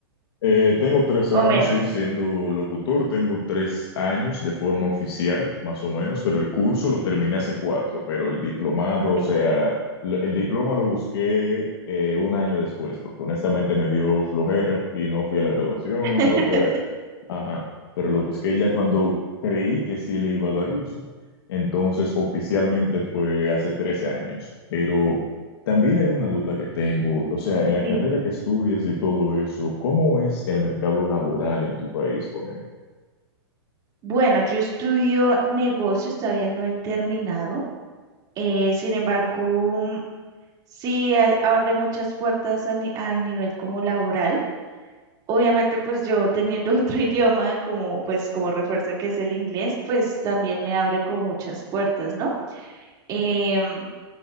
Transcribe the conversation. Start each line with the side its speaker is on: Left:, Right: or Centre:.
Left: Eh, tengo tres años,
Right: O menos.
Left: sí, siendo locutor, tengo tres años de forma oficial, más o menos, pero el curso lo terminé hace cuatro, pero el diplomado,
Right: Ok,
Left: o sea, lo- el diploma lo busqué eh, un año después, porque honestamente me dio flojera y no fui a la graduación,
Right: <laughs>
Left: Ajá, pero lo busqué ya cuando creí que sí le iba a dar uso. Entonces, oficialmente fue hace 13 años, pero también hay una duda que tengo, o sea, en la
Right: dime.
Left: carrera que estudias y todo eso, ¿cómo es el mercado laboral en tu país con
Right: Bueno, yo estudio negocios, todavía no he terminado. Eh, sin embargo, mm, sí a- abre muchas puertas a, ni- a nivel como laboral. Obviamente, pues yo teniendo <laughs> otro idioma como pues como refuerzo que es el inglés, pues también me abre como muchas puertas, ¿no? Em,